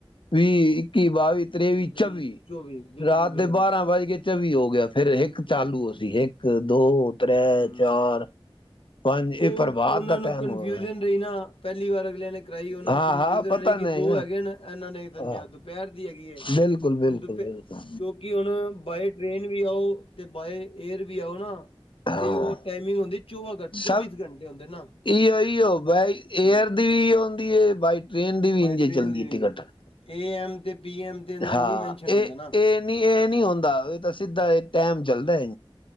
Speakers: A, on the left (about 65°); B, on the left (about 80°).
A: ਵੀਹ, ਇੱਕੀ, ਬਾਵੀ, ਤਰੇੇਵੀ,
B: ਤੇਈ
A: ਚੌਵੀ
B: ਬਿਲਕੁਲ
A: ਰਾਤ
B: ਬਿਲਕੁਲ
A: ਦੇ ਬਾਰਾਂ ਵੱਜ ਕੇ ਚੌਵੀ ਹੋ ਗਿਆ ਫਿਰ ਇੱਕ ਚਾਲੂ ਹੋਸੀ ਇੱਕ ਦੋ ਤ੍ਰੈ,
B: ਹਮ
A: ਚਾਰ ਪੰਜ ਇਹ
B: ਉਹ
A: ਪ੍ਰਭਾਤ
B: ਉਹਨਾਂ
A: ਦਾ
B: ਨੂੰ
A: ਟਾਈਮ
B: ਕਨਫਿਊਜ਼ਨ
A: ਹੋ ਰਿਹਾ
B: ਰਹੀ ਨਾ ਪਹਿਲੀ ਵਾਰ ਨੇ ਕਰਾਈ ਉਹਨਾਂ
A: ਹਾਂ
B: ਨੂੰ ਕਨਫਿਊਜਨ
A: ਹਾਂ ਪਤਾ
B: ਰਹੀ ਕਿ
A: ਨਹੀਂ
B: ਦੋ
A: ਨਾ
B: ਹੈਗੇ ਨੇ ਇਹਨਾਂ ਨੇ ਸਮਝਿਆ
A: ਹਾਂ
B: ਦੁਪਹਿਰ ਦੀ ਹੈਗੀ ਹੈ ਹੁਣ
A: ਬਿਲਕੁਲ ਬਿਲਕੁਲ
B: ਦੁਪ
A: ਬਿਲਕੁਲ
B: ਕਿਉਂਕਿ ਹੁਣ ਬਾਏ ਟ੍ਰੇਨ ਵੀ ਆਓ ਤੇ ਬਾਏ ਏਅਰ ਵੀ ਆਓ ਨਾ
A: ਹਾਂ
B: ਤੇ ਉਹ ਟਾਈਮਿੰਗ ਹੁੰਦੀ ਚੌਵਾਂ ਘੰ ਚੌਵੀਸ
A: ਸਭ
B: ਘੰਟੇ ਹੁੰਦੇ ਨਾ
A: ਇ ਇਓ ਬਾਈ
B: ਹਮ
A: ਏਅਰ ਦੀ ਵੀ ਹੁੰਦੀ ਹੈ ਬਾਈ ਟ੍ਰੇਨ ਦੀ ਵੀ
B: ਬਾਏ
A: ਇੰ
B: ਟ੍ਰੇਨ
A: ਚੱਲਦੀ
B: ਦੀ ਹੋਈ
A: ਹੈ ਟਿਕਟ
B: ਏ ਏ ਐਮ ਤੇ ਪੀ ਐਮ ਤੇ ਇੰਨਾ
A: ਹਾਂ
B: ਨਹੀਂ ਮੈਨਸ਼ਨ ਹੁੰਦਾ
A: ਇਹ
B: ਨਾ
A: ਇਹ ਨਹੀਂ ਇਹ ਨਹੀਂ ਹੁੰਦਾ ਇਹ ਤਾਂ ਸਿੱਧਾ ਇਹ ਟਾਈਮ ਚੱਲਦਾ